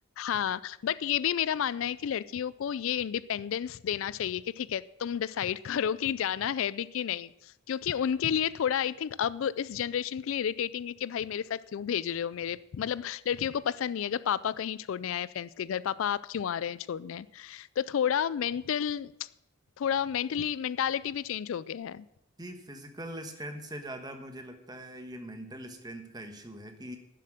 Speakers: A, on the left (about 70°); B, on the right (about 20°).
A: हाँ बट ये भी मेरा मानना है कि लड़कियों को ये इंडिपेंडेंस देना चाहिए कि ठीक है तुम डिसाइड करो कि जाना है भी कि नहीं क्योंकि उनके लिए थोड़ा आई थिंक अब इस जनरेशन के लिए इरिटेटिंग है कि भाई मेरे साथ क्यों भेज रहे हो मेरे मतलब लड़कियों को पसंद नहीं है अगर पापा कहीं छोड़ने आए फ्रेंड्स के घर पापा आप क्यों आ रहे हैं छोड़ने तो थोड़ा मेंटल थोड़ा मेंटली मेंटालिटी भी चेंज हो गया है
B: कि फिजिकल स्ट्रेंथ से ज्यादा मुझे लगता है ये मेंटल स्ट्रेंथ का इशू है कि